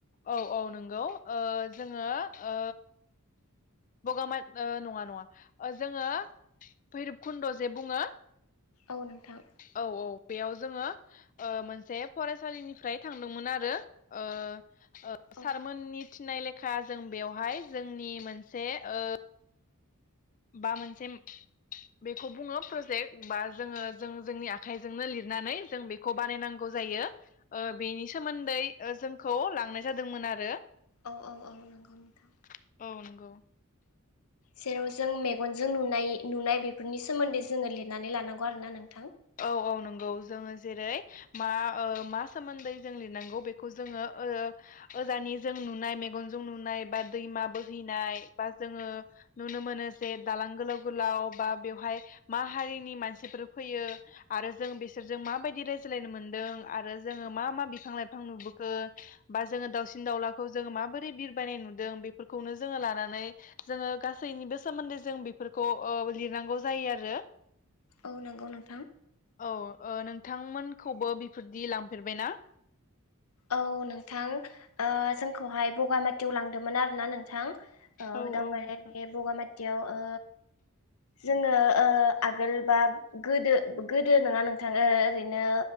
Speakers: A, on the left; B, on the left.
A: औ औ नंगौ ओ जोङो ओ बगामा नङा नङा जोङो भैरबकुन्द' जे बुङो
B: औ नोंथां।
A: औ औ बेयाव जोङो ओ मोनसे फरायसालिनिफ्राय थांदोंमोन आरो ओ ओ
B: औ
A: सारमोननि थिनाय लेखा जों बेवहाय जोंनि मोनसे ओ बा मोनसे बेखौ बुङो प्रजेक्ट बा जोङो जों जोंनि आखाइजोंनो लिरनानै जों बेखौ बानायनांगौ जायो ओ बेनि सोमोन्दै जोंखौ लांनाय जादोंमोन आरो।
B: औ औ औ नांगौ नोंथां।
A: औ नंगौ।
B: जेराव जों मेगनजों नुनाय नुनाय बेफोरनि सोमोन्दै जोङो लिरनानै लानांगौ आरो ना नों
A: औ औ नंगौ जोङो जेरै मा मा सोमोन्दै जों लिरनांगौ बेखौ जोङो ओ ओजानिजों नुनाय मेगनजों नुनाय बा दैमा बोहैनाय बा जोङो नुनो मोनो जे दालां गोलाव गोलाव बा बेवहाय मा हारिनि मानसिफोर फैयो आरो जों बिसोरजों माबायदि रायज्लायनो मोनदों आरो जोङो मा मा बिफां लाइफां नुबोखो बा जोङो दावसिन दाउलाखौ जोङो माबोरै बिरबायनाय नुदों बेफोरखौनो जोङो लानानै जोङो गासैनिबो सोमोन्दै जों बेफोरखौ ओ लिरनांगौ जायो आरो।
B: औ नंगौ नों
A: औ ओ नोंथांमोनखौबो बि फोरदि लांफेरबायना?
B: औ नोंथां ओ जोंखौहाय बगामाथियाव लांदोंमोन आर ना नोंथां। ओ-दावबायनाय
A: औ औ नोंथां
B: बे बगामाथियाव ओ जोङो ओ-आगोल बा गोदो गोदो नङा नोंथाङ ओ-ओरैनो